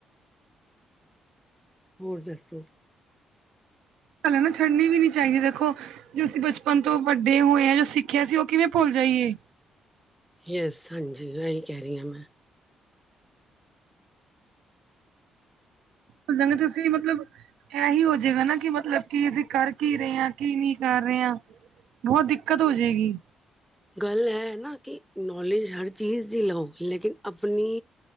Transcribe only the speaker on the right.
ਭਲੇ ਨਾ ਛੱਡਨੀ ਵੀ ਨੀ ਚਾਹੀਦੀ ਦੇਖੋ ਜੋ ਅਸੀਂ ਬਚਪਨ ਤੋਂ ਵੱਡੇ ਹੋਏ ਆ ਜੋ ਸਿੱਖਿਆ ਸੀ ਉਹ ਕਿਵੇਂ ਭੁੱਲ ਜਾਈਏ।
ਹੋ ਜਾਂਦੇ ਤੇ ਤੁਸੀਂ ਮਤਲਬ ਇਹੀ ਹੋਜਏਗਾ ਨਾ ਕਿ ਮਤਲਬ ਕਿ ਅਸੀਂ ਕਰ ਕੀ ਰਹੇ ਆਂ ਕੀ ਨਹੀਂ ਕਰ ਰਹੇ ਆਂ। ਬਹੁਤ ਦਿੱਕਤ ਹੋ ਜਾਏਗੀ।